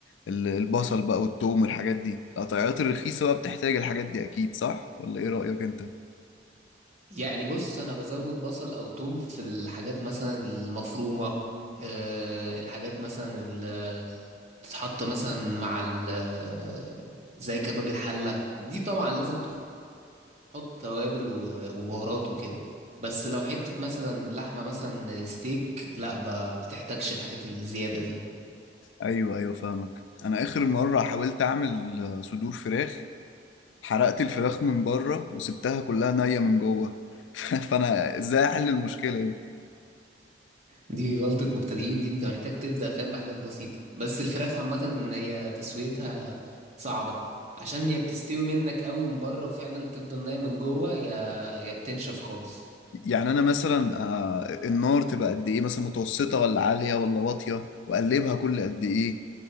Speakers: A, on the left; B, on the right.
A: ال- البصل بقى والثوم والحاجات دي القطعيات الرخيصه بقى بتحتاج الحاجات دي اكيد صح ولا ايه رايك انت
B: يعني بص انا بزود بصل او توم في الحاجات مثلا المفرومة أه الحاجات مثلا اللي تتحط مثلا مع ال- زي كباب الحلة دي طبعا لازم تحط توابل و- وبهارات وكده بس لو حتة مثلا لحمة مثلا ستيك لا ب- بتحتاجش الحاجات الزيادة دي
A: ايوه ايوه فاهمك انا اخر مره حاولت اعمل آه، صدور فراخ حرقت الفراخ من بره وسبتها كلها نيه من جوه <laughs> فانا ازاي احل المشكله دي
B: دي غلطة مبتدئين دي انت محتاج تبدأ فاهم بحاجات بسيطة بس الفراخ عامة هي تسويتها صعبة عشان يا بتستوي منك قوي من بره وفعلا تفضل نايم من جوه يا يا بتنشف خالص
A: يعني انا مثلا آه، النار تبقى قد ايه مثلا متوسطه ولا عاليه ولا واطيه واقلبها كل قد ايه